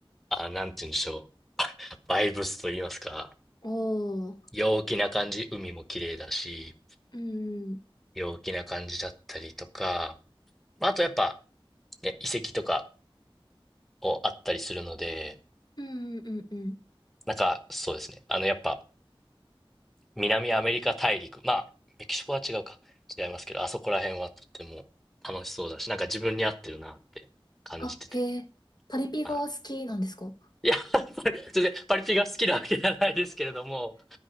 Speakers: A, in the centre; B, on the left (about 50°).
A: あ、なんて言うんでしょう。バイブスと言いますか。
B: おー、
A: 陽気な感じ、海も綺麗だし、
B: うんうん。
A: 陽気な感じだったりとか、まああとやっぱ、ね、遺跡とかをあったりするので、
B: うんうんうんうん。
A: なんかそうですね。あのやっぱ南アメリカ大陸、まあメキシコは違うか、違いますけど、あそこら辺はとっても楽しそうだし、なんか自分に合ってるなって感じてて。
B: あ、へえ、パリピが好きなんですか
A: はい
B: <laughs>
A: いや、パリ全然パリピが好きなわけじゃないですけれども、